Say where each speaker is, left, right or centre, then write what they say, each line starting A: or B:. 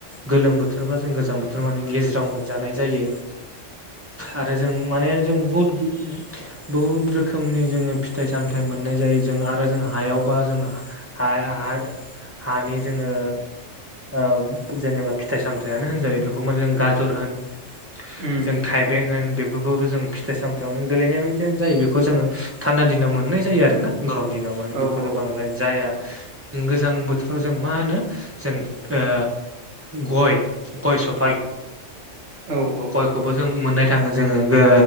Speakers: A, on the right (about 20°); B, on the right (about 70°).
A: गोलोम बोथोरबा जों गोजां बोथोर माने गेजेराव मोनजानाय जायो। आरो जों माने जों बुहुत बहुद रोखोमनि जोङो फिथाइ सामथाय मोननाय जायो जों आरो जों हायावबा जों ह ह हानि जोङो ओ जेनेबा फिथाइ सामथायाइानो होनजायो बेखौ म जों गाजर होन
B: उम
A: जों थाय बें बेफोरखौबो जों फिथाइ सामथायाइाव नों देलैनाय बायदियानो जायो बेखौ जोङो थान्दा दिनाव मोननाय जायो आर ना गरम दिनाव माने
B: औ
A: बेफोरो
B: औ
A: बांद्राय जाया गोजां बोथोराव जों मा होनो जों ओ गय गय साफारि
B: औ औ
A: खौबो जों मोननाय थाङो जोङो ओ